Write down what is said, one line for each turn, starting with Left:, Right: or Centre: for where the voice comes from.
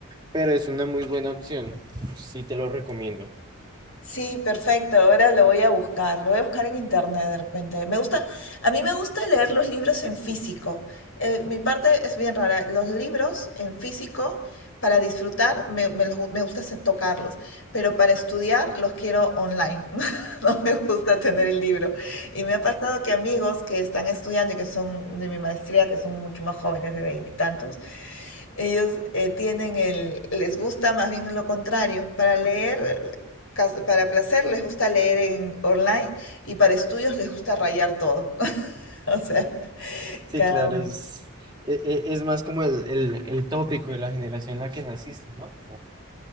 Right: pero es una muy buena opción, sí te lo recomiendo.
Left: Sí, perfecto. Ahora lo voy a buscar. Lo voy a buscar en internet de repente. Me gusta, a mí me gusta leer los libros en físico. Eh, mi parte es bien rara. Los libros en físico, para disfrutar, me, me los gu- me gusta se- tocarlos. Pero para estudiar, los quiero online. <laughs> No me gusta tener el libro. Y me ha pasado que amigos que están estudiando y que son de mi maestría, que son mucho más jóvenes, de veintitantos, ellos eh, tienen el, les gusta más bien lo contrario. Para leer, cas- para placer les gusta leer en online y para estudios les gusta rayar todo. <laughs> O sea,
Right: Sí,
Left: cada
Right: claro,
Left: uno.
Right: es, e- e- es, más como el, el, el tópico de la generación en la que naciste, ¿no?